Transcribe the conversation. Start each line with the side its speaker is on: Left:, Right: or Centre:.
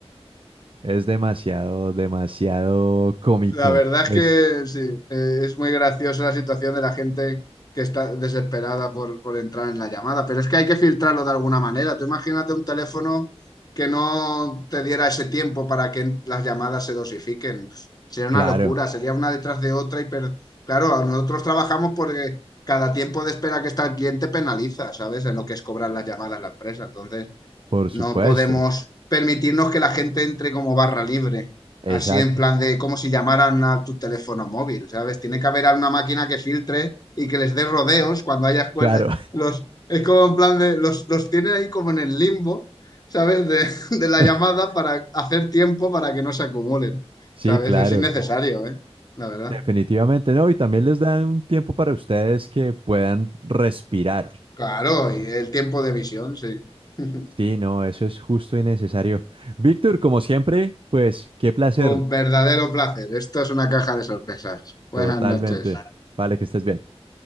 Right: Es demasiado, demasiado cómico.
Left: la verdad es
Right: Es
Left: que sí, eh, es muy graciosa la situación de la gente que está desesperada por, por entrar en la llamada, pero es que hay que filtrarlo de alguna manera. Tú imagínate un teléfono que no te diera ese tiempo para que las llamadas se dosifiquen. Sería
Right: claro,
Left: una locura, sería una detrás de otra y per- claro, nosotros trabajamos porque cada tiempo de espera que está el cliente penaliza, ¿sabes? En lo que es cobrar las llamadas a la empresa. Entonces,
Right: por supuesto.
Left: No podemos permitirnos que la gente entre como barra libre,
Right: Exacto.
Left: así en plan de como si llamaran a tu teléfono móvil, ¿sabes? Tiene que haber una máquina que filtre y que les dé rodeos cuando haya escuelas.
Right: Claro.
Left: Los, es como en plan de, los, los tiene ahí como en el limbo, ¿sabes? De, de la
Right: <laughs>
Left: llamada para hacer tiempo para que no se acumulen,
Right: Sí,
Left: ¿sabes?
Right: claro.
Left: Es innecesario, ¿eh? La verdad.
Right: Definitivamente no. Y también les dan un tiempo para ustedes que puedan respirar.
Left: Claro,
Right: Ujú.
Left: y el tiempo de visión, sí. <laughs>
Right: Sí, no, eso es justo y necesario. Víctor, como siempre, pues qué placer.
Left: Un verdadero placer. Esto es una caja de sorpresas. Buenas
Right: Totalmente.
Left: noches.
Right: Vale, que estés bien.